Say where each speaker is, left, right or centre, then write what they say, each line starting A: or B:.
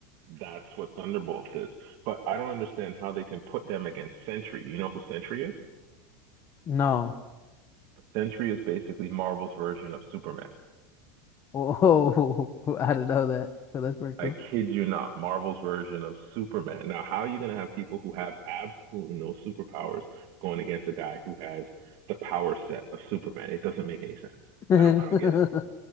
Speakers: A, on the right; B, on the left.
A: That's what Thunderbolts is. But I don't understand how they can put them against Sentry. You know who Sentry is?
B: No,
A: Sentry is basically Marvel's version of Superman.
B: oh, <laughs> I didn't know that. So that's pretty cool.
A: I kid you not, Marvel's version of Superman. Now, how are you going to have people who have absolutely no superpowers going against a guy who has the power set of Superman? It doesn't make any sense.
B: <laughs>
A: I don't I don't get it.